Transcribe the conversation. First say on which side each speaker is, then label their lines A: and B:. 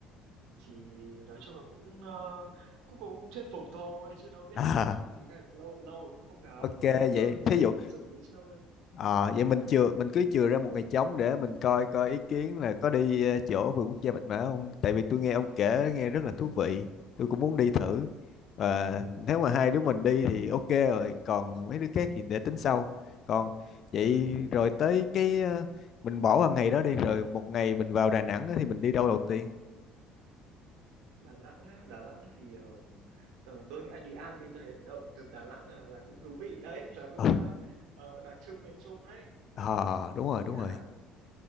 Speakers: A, on the right (about 65°); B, on the left (about 45°).
A: Thì nói chung là cũng ờ, cũng cũng thuyết phục thôi chứ đâu biết
B: à
A: đâu, ý là lâu lâu rồi cũng không gặp,
B: ok
A: cũng
B: vậy
A: ờ,
B: thí dụ
A: định rủ đi chơi.
B: Ờ, vậy mình chừa mình cứ chừa ra một ngày trống để mình coi coi ý kiến là có đi ờ, chỗ vườn quốc gia Bạch Mã không tại vì tôi nghe ông kể nghe rất là thú vị tôi cũng muốn đi thử và nếu mà hai đứa mình đi thì ok rồi còn mấy đứa khác thì để tính sau còn vậy rồi tới cái ờ, mình bỏ vào ngày đó đi rồi một ngày mình vào Đà Nẵng á thì mình đi đâu đầu tiên
A: Đà Nẵng á, Đà Nẵng thì ờ, tờ- tôi nghĩ là đi ăn đi tôi thấy ẩm thực Đà Nẵng là là cũng thú vị đấy, là cũng
B: ờ
A: ờ, ờ, đặc trưng miền Trung đấy. Là
B: ờ, đúng rồi
A: tôi nghĩ
B: đúng
A: là
B: rồi